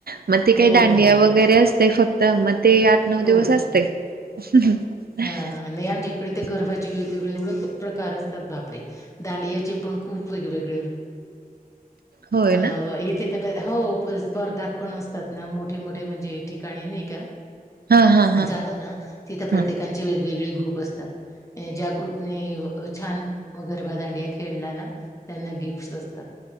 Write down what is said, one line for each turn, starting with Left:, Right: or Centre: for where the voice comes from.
Right: मग ते
Left: हो
Right: काही दांडिया
Left: का
Right: वगैरे असते फक्त मग ते आठ नऊ दिवस
Left: हो
Right: असते. <unintelligible>
Left: हा हा नाय
Right: छान
Left: आमच्या इकडे ते गरबाचे वेगवेगळे एवढे प्रकार असतात बापरे! दांडग्याचे पण खूप वेगवेगळ
Right: होय
Left: अं
Right: ना
Left: इथे तर हो स्पर्धा पण असत तात ना मोठे मोठे म्हणजे ठिकाणी नाही का?
Right: हा हा हा
Left: जातो ना तिथं प्रत्येकांची
Right: हा
Left: वेगवेगळी. ग्रुप असतात. ए ज्या ग्रूप नी छान गरबा दांडिया खेळला ना. त्यांना गिफ्टस् असतात